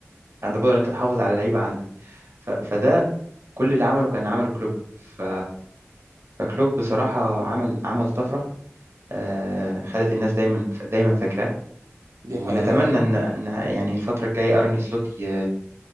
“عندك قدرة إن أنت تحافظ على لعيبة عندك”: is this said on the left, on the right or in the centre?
Right